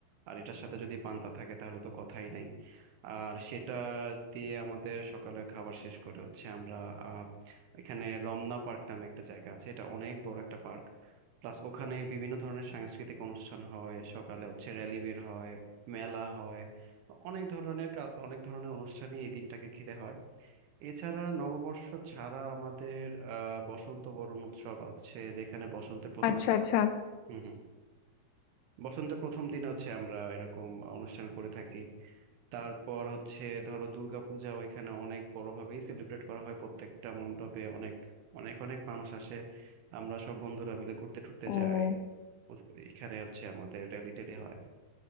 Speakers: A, on the right (about 80°); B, on the left (about 80°).
A: আর এটার সাথে যদি পান্তা থাকে তাহলে তো কথাই নাই আর সেটা দিয়ে আমাদের সকালের খাবার শেষ করে হচ্ছে আমরা আহ, এখানে রমনা পার্ক নামে একটা জায়গা আছে এটা অনেক বড় একটা পার্ক প্লাস ওখানে বিভিন্ন ধরনের সাংস্কৃতিক অনুষ্ঠান হয় সকালে হচ্ছে র্যালি বের হয় মেলা হয় অনেক ধরনের কা- অনেক ধরনের অনুষ্ঠানই এই দিনটাকে ঘিরে হয় এছাড়া নববর্ষ ছাড়া আমাদের আহ বসন্ত বরণ উৎসব আছে যেখানে বসন্তের প্রথম
B: আচ্ছা আচ্ছা
A: হুম হুম বসন্তের প্রথম দিনে হচ্ছে আমরা এরকম অনুষ্ঠান করে থাকি তারপর হচ্ছে ধরো দুর্গাপূজাও এখানে অনেক বড়ভাবেই সেলিব্রেট করা হয় প্রত্যেকটা মণ্ডপে অনেক অনেক অনেক মানুষ আসে আমরা সব বন্ধুরা মিলে ঘুরতে টুরতে
B: ও
A: যাই এখানে হচ্ছে আমাদের র্যালি ট্যালি হয়